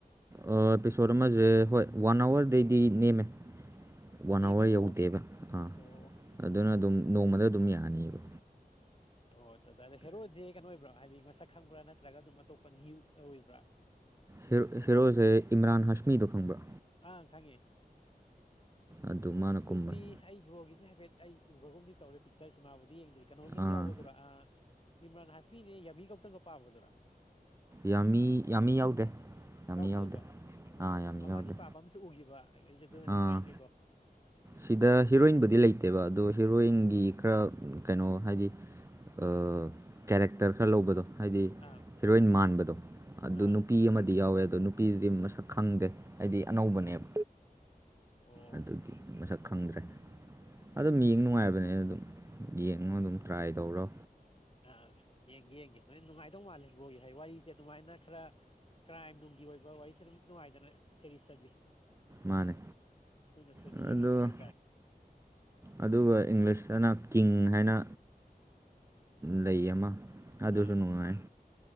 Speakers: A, on the right; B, on the left.
A: ꯑꯥ ꯏꯄꯤꯁꯣꯠꯖꯦ ꯍꯣꯏ ꯋꯥꯟ ꯑꯋꯥꯔꯗꯤ ꯗꯤ ꯅꯦꯝꯃꯦ ꯋꯥꯟ
B: ꯅꯦꯝꯃꯦꯕ
A: ꯑꯋꯥꯔ
B: ꯑꯣ
A: ꯌꯧꯗꯦꯕ ꯑꯥ
B: ꯑꯣ
A: ꯑꯗꯨꯅ ꯑꯗꯨꯝ ꯅꯣꯡꯃꯗ ꯑꯗꯨꯝ ꯌꯥꯅꯤꯑꯕ
B: ꯑꯣ ꯑꯆꯠꯗ ꯍꯦꯔꯣꯖꯤ ꯀꯩꯅꯣ ꯑꯣꯏꯕ꯭ꯔꯣ ꯍꯥꯏꯗꯤ ꯃꯁꯛ ꯈꯪꯕ꯭ꯔꯥ ꯅꯠꯇ꯭ꯔꯒ ꯑꯗꯨꯝ ꯑꯇꯣꯞꯄ ꯅꯤꯌꯨ ꯑꯣꯏꯕ꯭ꯔꯥ
A: ꯍꯦ ꯍꯦꯔꯣꯖꯦ ꯏꯝꯔꯥꯟ ꯍꯁꯃꯤꯗꯣ ꯈꯪꯕ꯭ꯔꯣ
B: ꯑꯪ ꯈꯪꯉꯦ
A: ꯑꯗꯨ ꯃꯥꯅ
B: ꯑꯗꯨꯗꯤ
A: ꯀꯨꯝꯕꯅꯤ
B: ꯑꯩ ꯕ꯭ꯔꯣꯒꯤꯖꯦ ꯍꯥꯏꯐꯦꯠ ꯑꯩ ꯎꯒꯔꯒꯨꯝꯗꯤ ꯇꯧꯔꯦ ꯄꯤꯛꯆꯔ ꯁꯤꯃꯥꯕꯨꯗꯤ ꯌꯦꯡꯗ꯭ꯔꯤ ꯀꯩꯅꯣꯗꯒ
A: ꯑꯥ
B: ꯌꯥꯎꯕꯗꯨꯔꯥ ꯑꯥ ꯏꯝꯔꯥꯟ ꯍꯁꯃꯤꯅꯦ ꯌꯥꯃꯤ ꯒꯧꯇꯝꯒ ꯄꯥꯕꯗꯨꯔꯥ
A: ꯌꯥꯝꯃꯤ ꯌꯥꯝꯃꯤ ꯌꯥꯎꯗꯦ ꯌꯥꯝꯃꯤ
B: ꯌꯥꯎꯗꯦꯕ
A: ꯌꯥꯎꯗꯦ
B: ꯑꯣ
A: ꯑꯥ ꯌꯥꯝꯃꯤ
B: ꯃꯥꯕꯅꯤ
A: ꯌꯥꯎꯗꯦ
B: ꯄꯥꯕ ꯑꯃꯁꯨ ꯎꯒꯤꯕ ꯑꯩꯖꯦ ꯑꯗꯨꯅꯅꯦ
A: ꯑꯥ
B: ꯍꯪꯉꯛꯏꯅꯦꯀꯣ
A: ꯁꯤꯗ ꯍꯤꯔꯣꯏꯟꯕꯨꯗꯤ ꯂꯩꯇꯦꯕ ꯑꯗꯨ ꯍꯤꯔꯣꯏꯟꯒꯤ ꯈꯔ ꯀꯩꯅꯣ ꯍꯥꯏꯗꯤ ꯑꯥ ꯀꯦꯔꯦꯛꯇ꯭ꯔ ꯈꯔ ꯂꯧꯕꯗꯣ ꯍꯥꯏꯗꯤ
B: ꯑꯥ
A: ꯍꯦꯔꯣꯏꯟ ꯃꯥꯟꯕꯗꯣ ꯑꯗꯨ
B: ꯑꯥ
A: ꯅꯨꯄꯤ ꯑꯃꯗꯤ ꯌꯥꯎꯋꯦ ꯑꯗꯣ ꯅꯨꯄꯤꯗꯨꯗꯤ ꯃꯁꯛ ꯈꯪꯗꯦ ꯍꯥꯏꯗꯤ ꯑꯅꯧꯕꯅꯦꯕ
B: ꯑꯣ
A: ꯑꯗꯨꯒꯤ ꯃꯁꯛ ꯈꯪꯗ꯭ꯔꯦ ꯑꯗꯨꯝ ꯌꯦꯡ ꯅꯨꯡꯉꯥꯏꯕꯅꯦ ꯑꯗꯨꯝ ꯌꯦꯡꯉꯣ ꯑꯗꯨꯝ ꯇ꯭ꯔꯥꯏ ꯇꯧꯔꯣ
B: ꯑꯥ ꯌꯦꯡꯒꯦ ꯌꯦꯡꯒꯦ ꯍꯣꯔꯦꯟ ꯅꯨꯡꯉꯥꯏꯗꯧ ꯃꯥꯜꯂꯦ ꯍꯕ꯭ꯔꯣꯒꯤ ꯍꯥꯏ ꯋꯥꯔꯤꯁꯦ ꯑꯗꯨꯃꯥꯏꯅ ꯈꯔ ꯀ꯭ꯔꯥꯏꯝ ꯅꯨꯡ ꯒꯤ ꯑꯣꯏꯕ ꯋꯥꯔꯤꯁꯦ ꯑꯗꯨ ꯅꯨꯡꯉꯥꯏꯗꯅ ꯁꯔꯤꯁꯇꯗꯤ
A: ꯃꯥꯅꯦ
B: ꯑꯗꯨ ꯅ ꯁꯨꯅꯤ
A: ꯑꯗꯨ
B: ꯌꯦꯡ ꯅꯤꯡꯕ ꯍꯥꯏ ꯇꯔꯦ
A: ꯑꯗꯨꯒ ꯏꯪꯂꯤꯁꯇꯅ ꯀꯤꯡ ꯍꯥꯏꯅ ꯂꯩ ꯑꯃ ꯑꯗꯨꯁꯨ
B: ꯑꯥ
A: ꯅꯨꯡꯉꯥꯏ